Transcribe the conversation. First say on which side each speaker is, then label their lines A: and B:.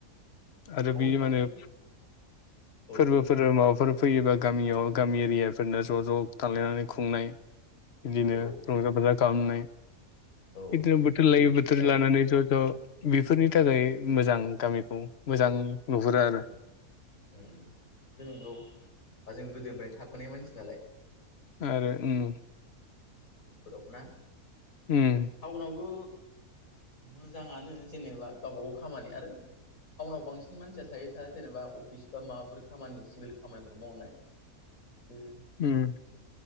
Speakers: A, on the left; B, on the left.
A: आरो
B: टाउनफ्रावथ'
A: बे माने
B: औ
A: फोरबोफोर माबाफोर फैयोबा गामियाव गामि एरियाफोरनो ज' ज' थालायनानै खुंनाय बिदिनो
B: औ
A: रंजा बाजा खालामनाय।
B: औ
A: इदिनो बोथोर
B: बेफोरनि
A: लायो बोथोर
B: थाखाय
A: लानानै ज' ज' बेफोरनि थाखाय मोजां गामिखौ मोजां नहुरो आरो।
B: औ उम बे नंगौ बा जों गोदोनिफ्रायनो थाबोनाय मानसि नालाय।
A: आरो उम।
B: बेफोराव ना?
A: उम
B: टाउनावबो मोजांङानो जेनेबा गावबा गाव खामानि आरो टाउनाव बांसिन मानसिया थायो सा जेनेबा अफिस बा माबाफोर खामानि सिभिल खामानिफोर मावनाय
A: <inaudible>
B: बेफोरो
A: उम